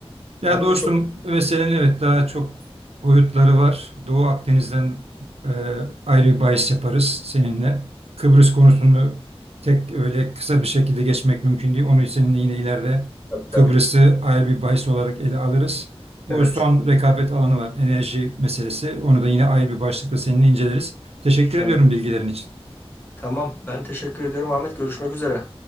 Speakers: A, on the right; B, on the left.
A: Ya
B: Ya bu
A: dostum
B: da çok
A: meselenin evet daha çok boyutları var. Doğu Akdeniz'den e, ayrı bir bahis yaparız seninle. Kıbrıs konusunu tek öyle kısa bir şekilde geçmek mümkün değil. Onu seninle yine ileride
B: tabii tabii.
A: Kıbrıs'ı ayrı bir bahis olarak ele alırız. Bu
B: Evet,
A: son rekabet alanı var enerji meselesi. Onu da yine ayrı bir başlıkla seninle inceleriz. Teşekkür
B: evet.
A: ediyorum bilgilerin için.
B: Tamam. Ben teşekkür ediyorum Ahmet. Görüşmek üzere.